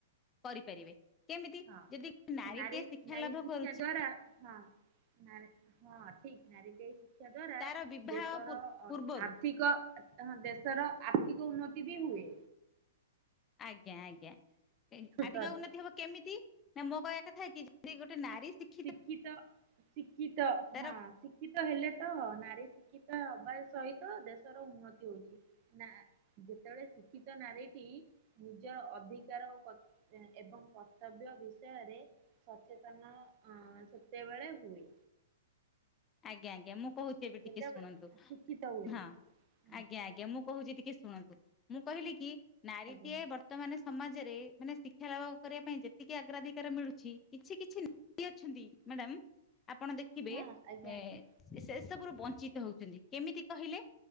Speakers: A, on the left (about 20°); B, on the right (about 40°).
A: କରିପାରିବେ। କେମିତି
B: ହଁ
A: ଯଦି ନାରୀଟିଏ
B: ନାରୀ
A: ଶିକ୍ଷା
B: ନାରୀ
A: ଲାଭ
B: ଶିକ୍ଷା
A: କରୁଛି
B: ଦ୍ଵାରା ହଁ। ନାରୀ ହଁ ଠିକ୍ ନାରୀ ଶିକ୍ଷା ଦ୍ଵାରା
A: ତାର ବିବାହ
B: ଦେଶର
A: ପୂର୍ବରୁ
B: ଅର୍ ଆର୍ଥିକ ଦେଶର ଆର୍ଥିକ ଉନ୍ନତି ବି ହୁଏ।
A: ଆଜ୍ଞା ଆଜ୍ଞା, ଆର୍ଥିକ
B: ସରି
A: ଉନ୍ନତି ହବ କେମିତି? ନା ମୋ କହିବା କଥା କି ଯଦି ଗୋଟେ ନାରୀ ଶି
B: ଶିକ୍ଷିତ, ଶିକ୍ଷିତ
A: ତାର
B: ହଁ। ଶିକ୍ଷିତ ହେଲେ ତ ନାରୀ ଶିକ୍ଷିତ ହେବା ସହିତ ଦେଶର ଉନ୍ନତି ହଉଛି। ନା ଯେତେବେଳେ ଶିକ୍ଷିତ ନାରୀଟି ନିଜର ଅଧିକାର ଓ କ ଏବଂ କର୍ତ୍ତବ୍ୟ ବିଷୟରେ ସଚେତନ ହଁ ସେତେବେଳେ ହୁଏ।
A: ଆଜ୍ଞା ଆଜ୍ଞା, ମୁଁ କହୁଛି ଏବେ ଟିକେ
B: ଯେତେବେଳେ
A: ଶୁଣନ୍ତୁ,
B: ଶିକ୍ଷିତ ହୁଏ
A: ହଁ
B: ହୁଁ
A: ଆଜ୍ଞା ଆଜ୍ଞା ମୁଁ କହୁଛି ଟିକେ ଶୁଣନ୍ତୁ ମୁଁ କହିଲି କି ନାରୀଟିଏ
B: ଆଜ୍ଞା
A: ବ ତ ମାନେ ସମାଜରେ ମାନେ ଶିକ୍ଷା ଲାଭ କରିବା ପାଇଁ ଯେତିକି ଆଗ୍ରାଧିକାର ମିଳୁଛି କିଛି କିଛି ଅଛନ୍ତି ମ୍ୟାଡ଼ାମ, ଆପଣ ଦେଖ
B: ହଁ। ଆଜ୍ଞା
A: ଏ
B: ଆଜ୍ଞା
A: ସେ ସବୁରୁ ବଂଞ୍ଚିତ ହଉଛନ୍ତି କେମିତି କହିଲେ?